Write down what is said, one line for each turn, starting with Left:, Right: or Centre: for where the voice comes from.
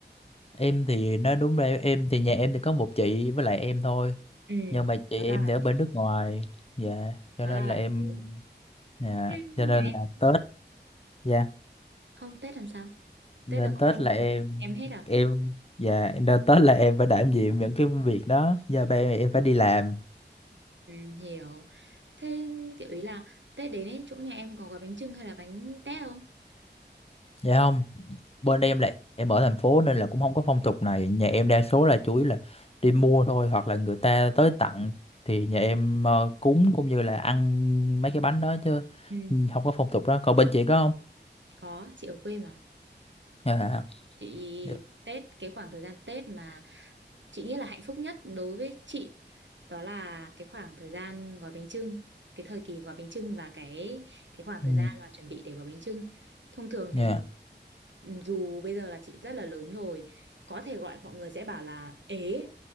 Left: em thì nói đúng rồi em thì nhà em thì có một chị với lại em thôi
Right: ừ
Left: nhưng mà chị
Right: hóa
Left: em
Right: ra là
Left: thì ở bên
Right: thế
Left: nước ngoài dạ cho
Right: hóa
Left: nên
Right: ra là
Left: là em
Right: thế
Left: dạ
Right: Ừ,
Left: cho nên
Right: nhà
Left: là
Right: em
Left: Tết dạ
Right: không Tết làm sao
Left: nên
Right: Tết là coi
Left: Tết
Right: như
Left: là em
Right: là em hết à
Left: em dạ nên Tết là em phải đảm nhiệm những cái việc đó do ba em em phải đi làm
Right: ừ, hiểu thế kiểu ý là Tết đến ấy chỗ nhà em có gói bánh chưng hay là bánh tét không
Left: dạ không bên em lại em ở thành phố nên là cũng không có phong tục này nhà em đa số là chủ yếu là đi mua thôi hoặc là người ta tới tặng thì nhà em ờ, cúng cũng như là ăn mấy cái bánh đó chứ
Right: ừ
Left: ừ, không có phong tục đó còn bên chị có không
Right: có chị ở quê mà
Left: dạ
Right: chị
Left: dạ
Right: Tết cái khoảng thời gian Tết mà chị nghĩ là hạnh phúc nhất đối với chị đó là cái khoảng thời gian gói bánh chưng cái thời kỳ gói bánh chưng và cái cái khoảng
Left: Ừ,
Right: thời gian mà chuẩn bị để gói bánh chưng thông thường
Left: dạ.
Right: thì Ừ, dù bây giờ là chị rất là lớn rồi có thể gọi mọi người sẽ bảo là ế